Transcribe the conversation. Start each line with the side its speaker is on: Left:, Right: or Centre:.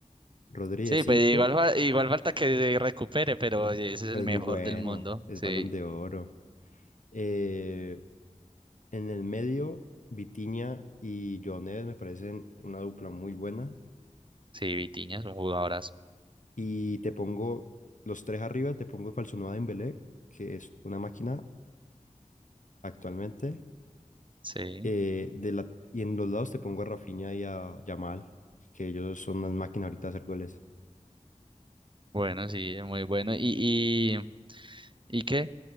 Left: Rodri
Right: Sí,
Left: de 5,
Right: pues igual, fa- igual falta que se recupere, pero oye, ese es
Left: pero
Right: el
Left: es
Right: mejor
Left: muy bueno.
Right: del mundo.
Left: Es
Right: Sí.
Left: Balón de Oro. Eh, en el medio, Vitinha y Joao Neves me parecen una dupla muy buena.
Right: Sí, Vitinha es un jugadorazo.
Left: Y te pongo los tres arriba, te pongo falso Falsonuada Dembélé, que es una máquina actualmente.
Right: Sí,
Left: Eh, de la, y en los lados te pongo a Rafinha y a Yamal, que ellos son unas máquinas ahorita de hacer goles.
Right: bueno, sí, es muy bueno. ¿Y, y, y qué?